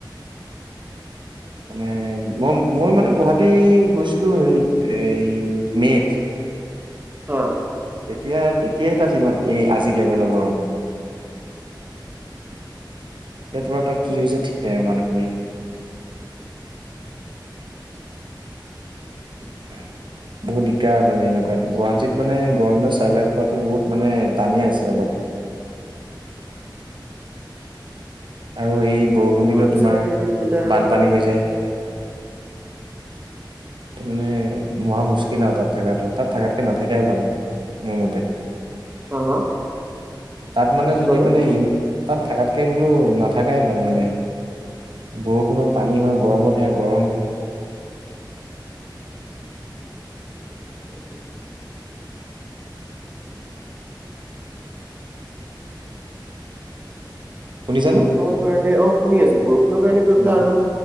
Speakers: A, on the right; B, on the right.
A: মানে, মই মই মানে গুৱাহাটী গৈছিলো হেৰিত এই মে'ত।
B: অঁ'
A: তেতিয়া, তেতিয়াই তাত সিমান এই আজিৰ লেভেলৰ গৰম। এতিয়া টো আৰু তাত কি হৈছে ঠিক নাই আৰু মানুহখিনিৰ? <unintelligible> বহুত দিগদাৰ মানে এনেকুৱাত গুৱাহাটীত মানে গৰম দিনত ছাৰ্ভাইভ কৰাটো বহুত মানে টানেই আছে অলপ।
B: <inaudible>
A: আৰু এই- বৰষুণ
B: গুৱাহাটী
A: দিলেও তোমাৰ
B: চাইডে দি পেলাই
A: বানপানী হৈ যায়। তাৰ মানে মহা মুস্কিল আৰু তাত থকাটো, তাত থকাতকে নথকাই ভাল মোৰ মতে।
B: হা হা,
A: তাত মানে
B: কি
A: যদি
B: ক'লে?
A: মানে- তাত থকাতকে বোলো নাথাকাই ভাল মানে। বৰষুণত পানী হয় গৰমত সেয়া গৰম। <inaudible>
B: <inaudible>
A: শুনিছানে?
B: বৰষুণৰ কাৰণে, অঁ শুনি আছো বৰষুণৰ কাৰণে গৈ
A: উম
B: পেলাই আৰু